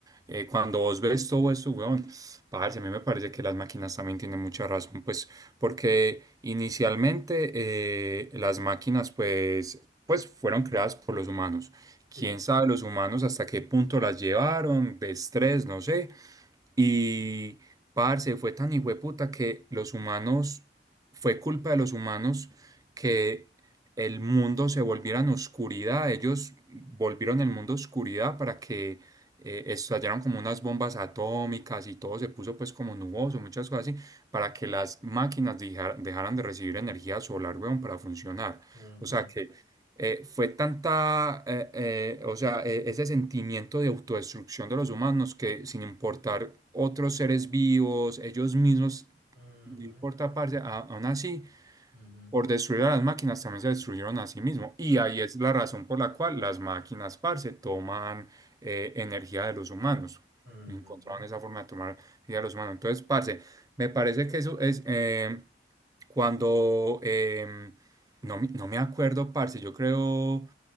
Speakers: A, on the right (about 20°); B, on the right (about 55°).
A: eh, cuando vos ves todo eso, weón, parce, a mí me parece que las máquinas también tienen mucha razón, pues, porque inicialmente eh, las máquinas, pues, pues, fueron creadas por los humanos. Quién
B: Sí.
A: sabe los humanos hasta qué punto las llevaron, de estrés, no sé. Y, parce, fue tan hijueputa que los humanos fue culpa de los humanos que el mundo se volviera en oscuridad. Ellos volvieron el mundo oscuridad para que eh, estallaron como unas bombas atómicas y todo se puso pues como nuboso, muchas cosas así, para que las máquinas dejar- dejaran de recibir energía solar, weón, para funcionar.
B: Ujú,
A: O sea que eh, fue tanta, eh, eh, o sea, eh, ese sentimiento de autodestrucción de los humanos que sin importar otros seres vivos, ellos mismos
B: ujú,
A: no importa, parce, a- aún así,
B: ujú,
A: por destruir a las máquinas también se destruyeron a sí mismos. Y
B: to-
A: ahí es la razón por la cual las máquinas, parce, toman eh, energía de los humanos.
B: ujú,
A: Encontraron esa forma de tomar energía de los humanos. Entonces, parce, me parece que eso es eh, cuando. em, no, me- no me acuerdo, parce, yo creo.